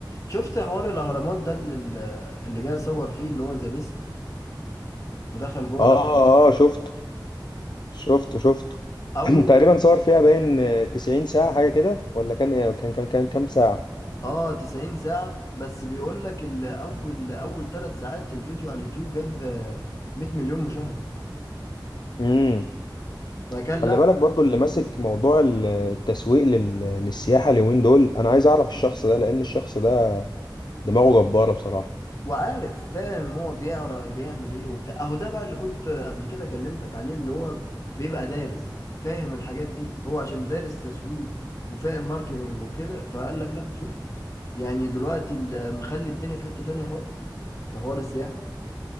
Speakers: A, on the left; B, on the left.
A: شفت حوار الاهرامات ده اللي اللي جاي يصور فيه اللي هو ذا بيست ودخل جوه
B: اه
A: الاهرامات
B: اه آه، شفته شفته شفته
A: اول
B: <clears throat> تقريبا صور فيها باين آه، 90 ساعة حاجة كده ولا كان إيه؟ كان كان كان كام ساعة
A: اه 90 ساعة بس بيقول لك ال- اول اول ثلاث ساعات الفيديو على اليوتيوب جاب آه، 100 مليون مشاهدة
B: امم
A: فكان
B: خلي
A: لا
B: بالك برضو اللي ماسك موضوع ال- التسويق لل- للسياحة اليومين دول انا عايز اعرف الشخص ده لان الشخص ده دماغه جبارة بصراحة
A: وعارف فاهم هو بيقرا بيعمل ايه وبتاع اهو ده بقى اللي كنت قبل كده كلمتك عليه اللي هو بيبقى دارس فاهم الحاجات دي هو عشان دارس تسويق وفاهم ماركتنج وكده فقال لك لا شوف يعني دلوقتي ال- مخلي الدنيا في حتة تانية خالص في حوار السياحة